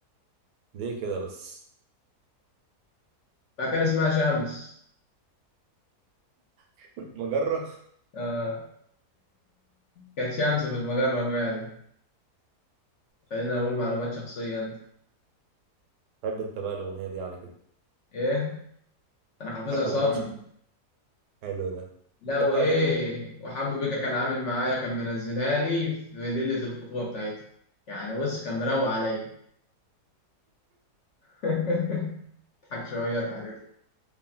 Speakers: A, on the right (about 85°); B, on the left (about 65°).
A: ليه كده بس
B: بقى كان اسمها شمس
A: <laughs> المجرة
B: آه. كانت شمس في المجرة فعلا خلينا أقول معلومات شخصية أنت
A: تحب انت بقى الاغنية دي على كده
B: إيه أنا حافظها
A: تحب
B: صم
A: اغنية شمس حلو ده
B: لا وإيه
A: تحب اغاني مين تاني
B: وحمو بيكا كان عامل معايا كان منزلها لي في ليلة الخطوبة بتاعتي يعني بص كان مروق عليا <laughs> اضحك شوية اضحك كده